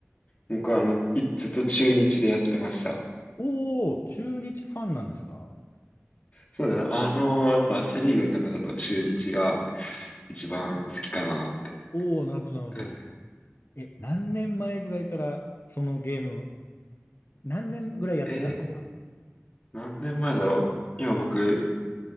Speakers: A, on the left; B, on the left.
A: 僕はあの、いずっと中日でやってました。
B: おー、中日ファンなんですか
A: そうだな。あの、やっぱセリーグの中だと中日が一番好きかなって
B: おおー、なるほど、なるほど。
A: 感じ。
B: え、何年前ぐらいからそのゲーム、何年ぐらいやってたんですか
A: えー、何年前だろう。今僕、